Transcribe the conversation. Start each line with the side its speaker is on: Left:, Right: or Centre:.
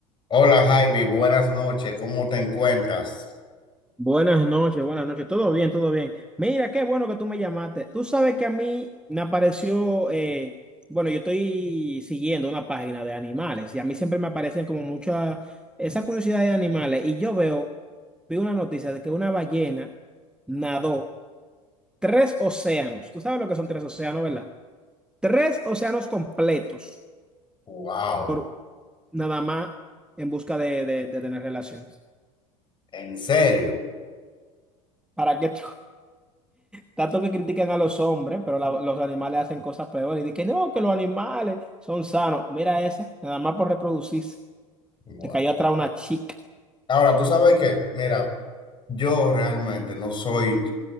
Left: Hola Javi, buenas noches, ¿cómo te encuentras?
Centre: Buenas noches, buenas noches. Todo bien, todo bien. Mira, qué bueno que tú me llamaste. Tú sabes que a mí me apareció, eh, bueno, yo estoy siguiendo una página de animales y a mí siempre me aparecen como mucha esa curiosidad de animales y yo veo, vi una noticia de que una ballena nadó tres océanos. Tú sabes lo que son tres océanos, ¿verdad? Tres océanos completos
Left: Wow,
Centre: por nada más en busca de, de de tener relaciones.
Left: en serio.
Centre: ¿Para qué? Tanto que critican a los hombres, pero la- los animales hacen cosas peores. Y dicen que no, que los animales son sanos. Mira esa, nada más por reproducirse.
Left: Bueno.
Centre: Le cayó atrás una chica.
Left: Ahora, ¿tú sabes qué? Mira, yo realmente no soy